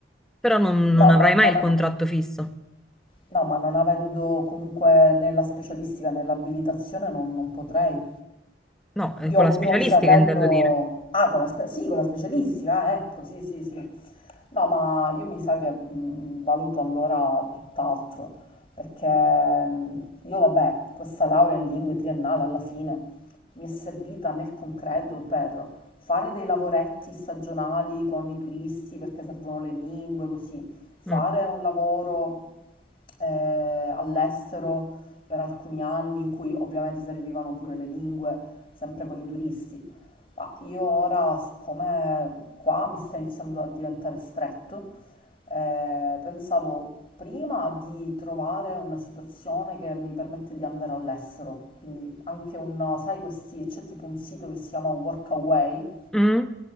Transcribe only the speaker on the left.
No,
ma
non,
No, ma non avendo comunque né la specialistica né l'abilitazione non, non potrei.
Io
ho
pure un fratello...
Ah, con la spe- sì, con la specialistica, ah, ecco, sì, sì, sì. No, ma io mi sa che mh, valuto allora tutt'altro, perché mh, io, vabbè, questa laurea in lingue triennale alla fine mi è servita nel concreto per fare dei lavoretti stagionali con i turisti perché servono le lingue, così, fare
un lavoro eh, all'estero per alcuni anni in cui ovviamente servivano pure le lingue, sempre con i turisti. Ma io ora, siccome qua mi sta iniziando a diventare stretto, eh, pensavo prima di trovare una situazione che mi permette di andare all'estero, quindi anche un, sai, questi, c'è tipo un sito che si chiama Workaway,